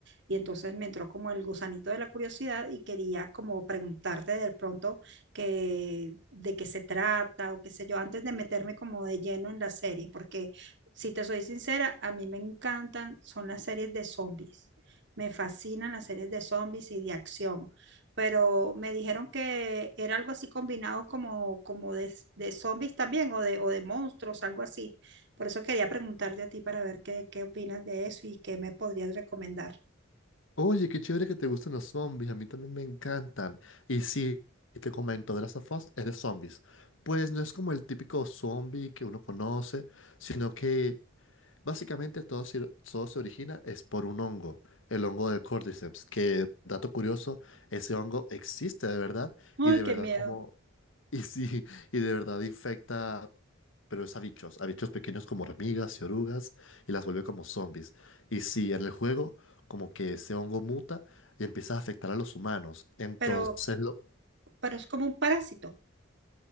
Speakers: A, on the right; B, on the left.
A: y entonces me entró como el gusanito de la curiosidad y quería como preguntarte de pronto que, de qué se trata o qué sé yo, antes de meterme como de lleno en la serie, porque si te soy sincera, a mí me encantan, son las series de zombies. Me fascinan las series de zombies y de acción pero me dijeron que era algo así combinado como, como de, de zombies también o de, o de monstruos, algo así. Por eso quería preguntarte a ti para ver qué, qué opinas de eso y qué me podrías recomendar.
B: Oye, qué chévere que te gusten los zombies, a mí también me encantan. Y sí, te comento, The Last of Us es de zombies. Pues no es como el típico zombie que uno conoce, sino que básicamente todo, se- todo se origina es por un hongo, el hongo del Cordyceps, que, dato curioso, ese hongo existe de verdad
A: Ay,
B: y de
A: qué
B: verdad
A: miedo,
B: como <laughs> Y sí, y de verdad infecta, pero es a bichos, a bichos pequeños como hormigas y orugas, y las vuelve como zombies. Y sí, en el juego, como que ese hongo muta y empieza a afectar a los humanos. Entonces,
A: pero,
B: lo,
A: pero es como un parásito.